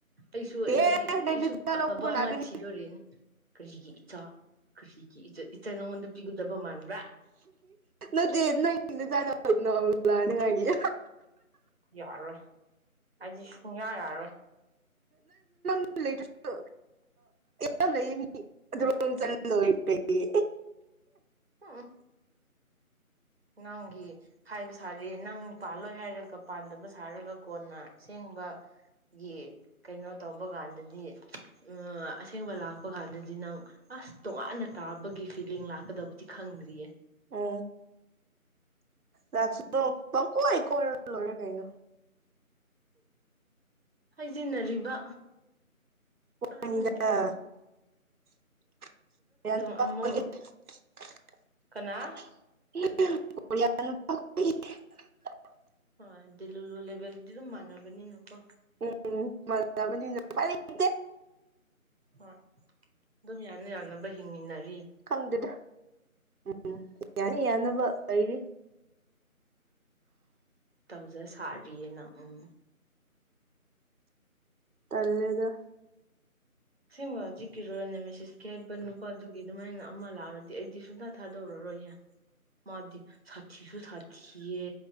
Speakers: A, on the right; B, on the right.
A: ꯑꯩꯁꯨ ꯑꯩꯒꯤ
B: ꯑꯦ ꯅꯪ
A: ꯑꯩꯁꯨ
B: ꯅꯆꯥ
A: ꯑꯐꯕ
B: ꯂꯧꯕ
A: ꯑꯃ
B: ꯂꯥꯛꯀꯅꯤ
A: ꯊꯤꯗꯣꯔꯤꯅꯦ ꯀꯔꯤꯒꯤ ꯏꯆꯥ ꯀꯁꯤ ꯏꯆꯆꯥ ꯅꯉꯣꯟꯗ ꯄꯤꯒꯗꯕ ꯃꯥꯟꯕ
B: ꯅ ꯗꯅ ꯅꯎ ꯂꯅꯉꯥꯏꯒꯤ
A: ꯌꯥꯔꯣꯏ ꯑꯩꯗꯤ ꯁꯨꯡꯌꯥ ꯌꯥꯔꯣꯏ
B: ꯂ ꯂꯩꯇꯦꯁ ꯑ ꯂꯩꯌꯦ ꯃꯤ ꯑꯗꯨ ꯆ ꯂꯣꯏ ꯀꯩ
A: ꯑ ꯅꯪꯒꯤ ꯍꯥꯏꯕ ꯁꯥꯔꯤ ꯅꯪ ꯄꯥꯜꯂꯣꯏ ꯍꯥꯏꯔꯒ ꯄꯥꯟꯗꯕ ꯁꯥꯔꯒ ꯀꯣꯟꯅꯦꯡ ꯕ <unintelligible> ꯒꯤ ꯀꯩꯅꯣ ꯇꯧꯕ ꯀꯥꯟꯗꯗꯤ ꯎ ꯑꯁꯦꯡꯕ ꯂꯥꯛꯄ ꯀꯥꯟꯗꯗꯤ ꯅꯪ ꯑꯁ ꯇꯣꯉꯥꯟꯅ ꯇꯥꯕꯒꯤ ꯐꯤꯂꯤꯡ ꯂꯥꯛꯀꯗꯕꯗꯤ ꯈꯪꯗ꯭ꯔꯤꯌꯦ
B: ꯑ ꯂꯥꯛꯁꯨ ꯅ ꯄ ꯀꯣꯏ ꯀꯣꯔ ꯂꯣꯏꯔꯦ ꯀꯩꯅꯩꯅꯣ
A: ꯍꯥꯏꯖꯤꯟꯅꯔꯤꯕ ꯑꯅꯤꯡ
B: ꯑꯅꯤꯗ
A: ꯗꯨꯝꯕ
B: <unintelligible>
A: ꯑꯃ ꯀꯅꯥ
B: <unintelligible>
A: ꯍꯣꯏ ꯑꯗꯨꯗꯤ ꯂꯨ ꯂꯨ ꯂꯦꯕꯦꯜꯗꯤ ꯑꯗꯨꯝ ꯃꯥꯟꯅꯕꯅꯤꯅꯀꯣ
B: ꯎꯝ ꯃ <inaudible>
A: ꯍꯣꯏ ꯑꯗꯨꯝ ꯌꯥꯅ ꯌꯥꯅꯕ ꯍꯤꯡꯃꯤꯟꯅꯔꯦ
B: ꯈꯪꯗꯦꯗ ꯎꯝ ꯌꯥꯅꯤ ꯌꯥꯅꯕꯗꯤ
A: ꯇꯧꯖ ꯁꯥꯔꯤꯌꯦ ꯅꯪ ꯎꯝ
B: ꯇꯂꯦꯗ
A: ꯑꯁꯦꯡꯕ ꯍꯧꯖꯤꯛꯀꯤ ꯔꯣꯅꯦꯃꯦꯦꯁꯤꯁꯀꯤ ꯍꯥꯏꯕ ꯅꯨꯄꯥꯗꯨꯒꯤ ꯑꯗꯨꯃꯥꯏꯅ ꯑꯃ ꯂꯥꯛꯔꯗꯤ ꯑꯩꯗꯤ ꯁꯨꯡꯊꯥ ꯊꯥꯗꯧꯔꯔꯣ ꯃꯥꯗꯤ ꯁꯥꯊꯤꯁꯨ ꯁꯥꯊꯤꯌꯦ